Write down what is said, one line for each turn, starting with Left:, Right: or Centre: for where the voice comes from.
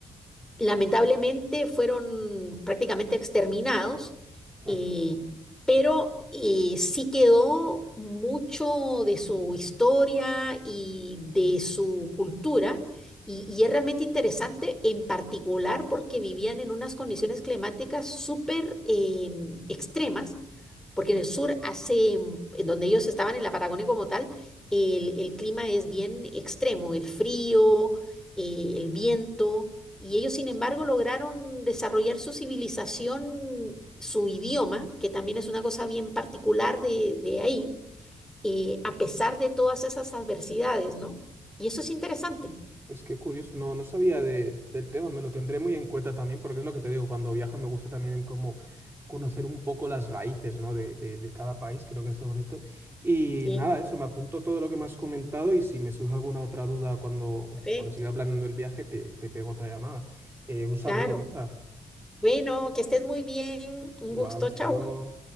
Centre: lamentablemente fueron prácticamente exterminados,
Right: Mm.
Centre: eh, pero eh, sí quedó mucho de su historia y de su cultura, y, y es realmente interesante, en particular porque vivían en unas condiciones climáticas súper eh, extremas porque en el sur hace, mm, en donde ellos estaban en la Patagonia como tal, el, el clima es bien extremo, el frío, eh, el viento, y ellos sin embargo lograron desarrollar su civilización, su idioma, que también es una cosa bien particular de, de ahí, eh, a pesar de todas esas adversidades, ¿no? Y eso es interesante.
Right: Pues qué curioso, no, no sabía de, del tema, me lo tendré muy en cuenta también, porque es lo que te digo, cuando viajo me gusta también como conocer un poco las raíces, ¿no? de, de- de cada país, creo que es lo bonito. Y
Centre: Sí,
Right: nada, eso, me apunto todo lo que me has comentado y si me surge alguna otra duda cuando,
Centre: perfecto.
Right: cuando siga planeando el viaje, te, te pego otra llamada. Eh, un saludo,
Centre: Claro.
Right: Mirza.
Centre: Bueno, que estés muy bien. Un
Right: Igual,
Centre: gusto.
Right: hasta
Centre: Chao.
Right: luego.